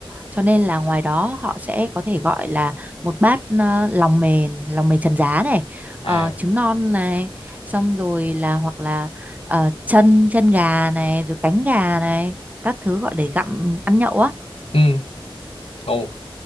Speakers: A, on the right (about 15°); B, on the left (about 80°).
A: cho nên là ngoài đó họ sẽ có thể gọi là một bát ờ, lòng mềm lòng mề trần giá này ờ,
B: à
A: trứng non này xong rồi là hoặc là ờ, chân chân gà này rồi cánh gà này các thứ gọi để gặm ăn nhậu á
B: ừ ồ